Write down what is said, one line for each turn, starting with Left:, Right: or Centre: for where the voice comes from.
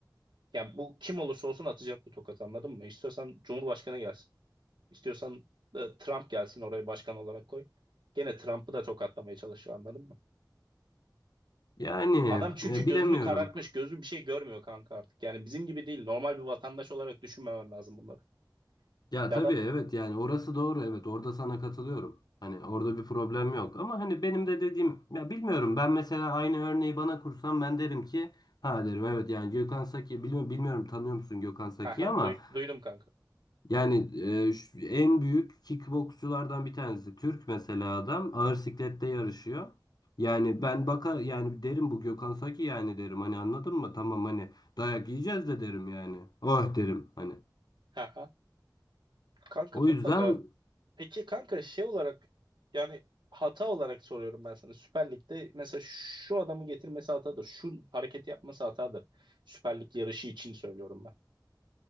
Right: yani bu kim olursa olsun atacak bu tokatı anladın mı? İstiyorsan Cumhurbaşkanı gelsin. İstiyorsan e, Trump gelsin oraya başkan olarak koy. Gene Trump'ı da tokatlamaya çalışıyor anladın mı?
Left: Yani
Right: Adam çünkü
Left: e,
Right: gözünü
Left: bilemiyorum.
Right: karartmış, gözü bir şey görmüyor kanka artık. Yani bizim gibi değil. Normal bir vatandaş olarak düşünmemen lazım bunları.
Left: Ya
Right: Ya
Left: tabii
Right: adam
Left: evet yani orası doğru evet orada sana katılıyorum. Hani orada bir problem yok ama hani benim de dediğim ya bilmiyorum ben mesela aynı örneği bana kursam ben derim ki ha derim evet yani Gökhan Saki bilmiyorum, bilmiyorum tanıyor musun Gökhan Saki'yi
Right: ha ha
Left: ama
Right: duy- duydum kanka.
Left: yani e, şu- en büyük kickboksçulardan bir tanesi Türk mesela adam ağır siklette yarışıyor. Yani ben baka yani derim bu Gökhan Saki yani derim hani anladın mı? Tamam hani dayak yiyeceğiz de derim yani. Oh derim hani.
Right: <laughs> Kanka
Left: O
Right: mutlaka.
Left: yüzden
Right: Peki kanka şey olarak yani hata olarak soruyorum ben sana. Süper Lig'de mesela şu adamı getirmesi hatadır. Şu hareketi yapması hatadır. Süper Lig yarışı için söylüyorum ben.